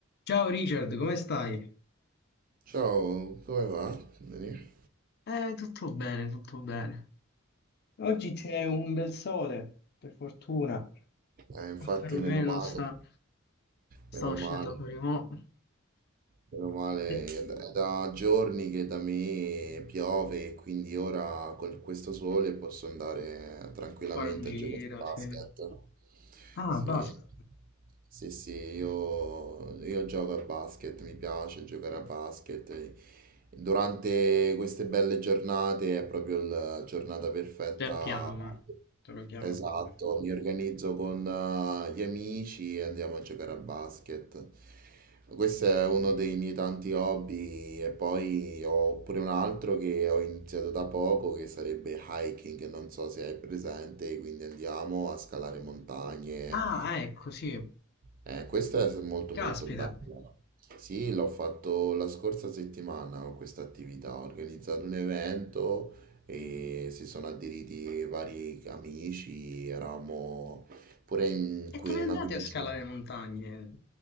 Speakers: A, on the left; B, on the right.
A: Ciao Richard, come stai?
B: Ciao, come va? Bene?
A: Eh, tutto bene, tutto bene. Oggi c'è un bel sole, per fortuna.
B: Eh, infatti,
A: Perlomeno
B: meno male,
A: sta... sto
B: meno
A: uscendo
B: male.
A: per i mo.
B: Meno male,
A: Sì. A
B: è da, è da giorni che da me piove e quindi ora con questo sole posso andare tranquillamente
A: fare un giro,
B: a giocare a basket.
A: sì. Ah,
B: Sì,
A: basta.
B: sì, sì, io, io gioco a basket, mi piace giocare a basket. Durante queste belle giornate è proprio la giornata perfetta
A: Te lo chiama. Te lo chiama
B: Esatto,
A: proprio.
B: mi organizzo con eh, gli amici e andiamo a giocare a basket. Questo è uno dei miei tanti hobby e poi ho pure un altro che ho iniziato da poco che sarebbe hiking, non so se hai presente, quindi andiamo a scalare montagne
A: Ah, ecco, sì.
B: eh, questa è molto
A: Caspita.
B: molto bella. Sì, l'ho fatto la scorsa settimana questa attività, ho organizzato un evento e si sono aderiti vari amici, eravamo pure in
A: E
B: qui
A: dove
B: una
A: andate
B: quindicina.
A: a scalare montagne?